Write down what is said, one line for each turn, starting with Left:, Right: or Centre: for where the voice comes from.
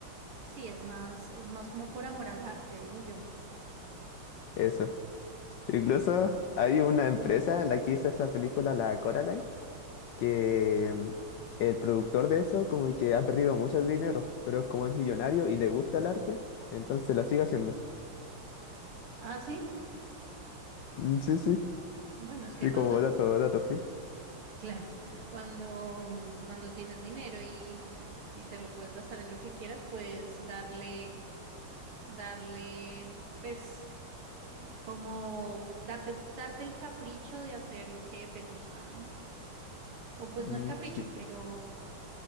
Right: Sí, es más, es más como por amor al arte, digo yo.
Left: eso. Incluso hay una empresa, la que hizo esa película, la Coraline. que mm, el productor de eso como que ha perdido mucho el dinero, pero como es millonario y le gusta el arte, entonces la sigue haciendo.
Right: Ah, sí.
Left: Mm, sí, sí,
Right: Bueno, es
Left: sí,
Right: que cuando,
Left: como dato, dato freak.
Right: claro, <laughs> cuando, mm, cuando tienes dinero y bueno, y te lo puedes gastar en lo que quieras, puedes darle darle, pues, como darte, darte el capricho de hacer lo que te gusta, ¿no? O pues no
Left: Mm,
Right: el capricho,
Left: sí, po.
Right: pero,